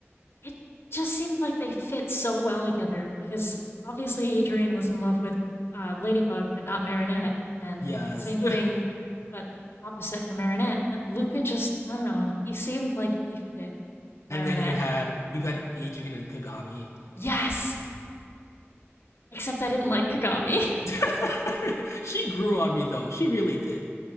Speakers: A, on the left; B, on the left.
A: It just seemed like they fit so well together because obviously Adrian was in love with uh, Ladybug but not Marinette and
B: Yes.
A: same
B: <laughs>
A: thing but opposite for Marinette, but Luca just I don't know, he seemed like he fit Marinette.
B: And then you had you had Adrian and Kagami.
A: Yes. Except I didn't like Kagami.
B: <laughs> she grew on me though. She really did.